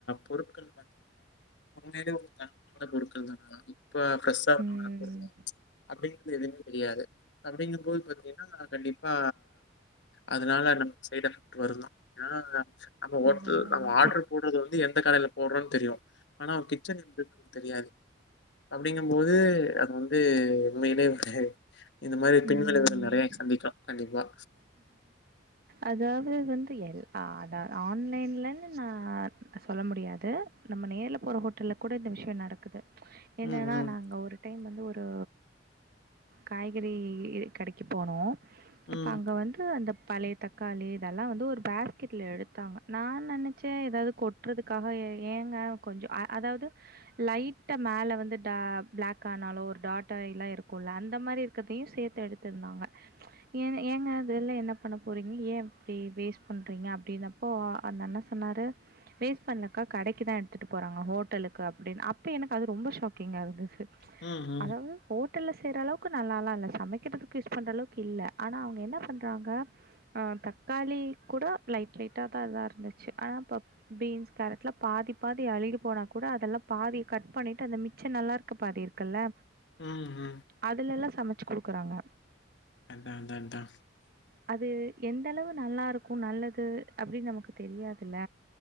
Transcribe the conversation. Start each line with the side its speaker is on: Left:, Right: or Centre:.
Left: பொருட்கள் பாத்தீங்கனா உண்மயிலே ஒரு தரமான பொருட்கள் தானா இப்ப ஃப்ரெஷ்ஷா <unintelligible>
Right: ம்.
Left: அப்டிங்கிறது எதுமே தெரியாது அப்டிங்க போது பாத்தீங்கன்னா கண்டிப்பா அதனால நமக்கு சைட் எஃபக் ட் வருதாம் ஏ நம்ம ஹோட்டல்
Right: அது அழகா
Left: நம்ம ஆடர் போட்றது வந்து எந்த கடையில போட்றோன் தெரியும் ஆனா அவ்ங் கிச்சன் வந்து தெரியாது அப்டிங்கும் போது அது வந்து உண்மையிலே ஒரு இந்த மாரி பின்
Right: ம்.
Left: விளைவுகள் நெறைய சந்திக்லா கண்டிப்பா
Right: அதாவது வந்து எல் அத ஆன்லைன்லன்னு நா சொல்ல முடியாது நம்ம நேர்ல போற ஹோட்டல்ல கூட இந்த விஷயோ நடக்குது என்னன்னா
Left: ம், ம்,
Right: நாங்க ஒரு டைம் வந்து ஒரு காய்கறி கடைக்கு போனோ
Left: ம்,
Right: அங்க வந்து அந்த பழைய தக்காளி இதெல்லா வந்து ஒரு ஃபேஸ்கெட்ல எடுத்தாங்க நா நெனச்சே ஏதாவது கொட்டுறதுக்காக ஏ ஏங்க கொஞ்சோ அ அதாவது லைட்டா மேல வந்து டா பிளாக் ஆனாலு ஒரு டாட்டாயியெல்லா இருக்குல்ல அந்த மாரி இருக்கதையும் சேத்து எடுத்திருந்தாங்க ஏங்க ஏங்க இதில்லா என்ன பண்ண போறீங்க ஏ இப்டி வேஸ்ட் பண்றீங்க அப்டினப்போ அந்த அண்ண சொன்னாரு வேஸ்ட் பண்ணலக்கா கடைக்குதா எடுத்துட்டு போறாங்க ஹோட்டலுக்கு அப்டின்னு அப்ப எனக்கு அது ரொம்ப ஷாக்கிங்கா இருந்தது
Left: ம், ம்,
Right: அதாவது ஹோட்டல்ல செய்ற அளவுக்கு நல்லால்லா இல்ல சமைக்கிறதுக்கு யூஸ் பண்ற அளவுக்கு இல்ல ஆனா அவுங்க என்ன பண்றாங்க ஆ தக்காளி கூட லைட் லைட்டா தா இதா இருந்துச்சு ஆனா ப்ப பீன்ஸ் கேரட்லா பாதி பாதி அழுகி போனா கூட அதெல்லா பாதி கட் பண்ணிட்டு அந்த மிச்சம் நல்லா இருக்கு பாதி இருக் கல்ல
Left: ம் ம்.
Right: அதுலெல்லா சமச்சு குடுக்குறாங்க
Left: அத்தா அத்தா அத்தா
Right: அது எந்த அளவு நல்லாருக்கு நல்லது அப்டின்னு நமக்கு தெரியாதில்ல